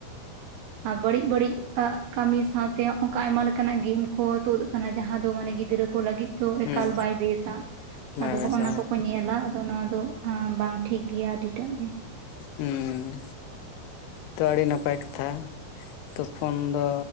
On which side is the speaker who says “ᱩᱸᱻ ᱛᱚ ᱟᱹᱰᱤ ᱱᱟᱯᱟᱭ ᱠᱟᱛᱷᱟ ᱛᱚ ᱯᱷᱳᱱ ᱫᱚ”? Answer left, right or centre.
Left